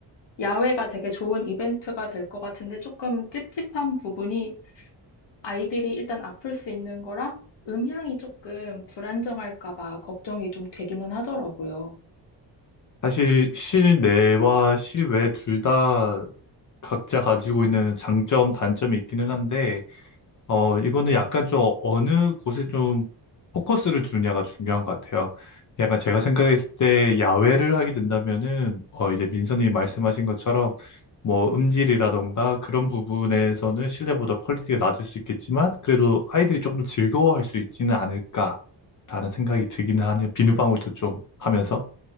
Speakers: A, on the left; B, on the left.
A: 야외가 되게 좋은 이벤트가 될 것 같은데 조금 찝찝한 부분이 아이들이 일단 아플 수 있는 거랑 음향이 조금 불안정할까 봐 걱정이 좀 되기는 하더라고요.
B: 사실 실내와 실외 둘 다 각자 가지고 있는 장점, 단점이 있기는 한데 어, 이거는 약간 좀 어느 곳에 좀 포커스를 두느냐가 중요한 것 같아요. 약간 제가 생각했을 때 야외를 하게 된다면은, 어, 이제 민선님이 말씀하신 것처럼 뭐 음질이라던가 그런 부분에서는 실내보다 퀄리티가 낮을 수 있겠지만, 그래도 아이들이 조금 더 즐거워할 수 있지는 않을까라는 생각이 들기는 하네요. 비누방울도 좀 하면서.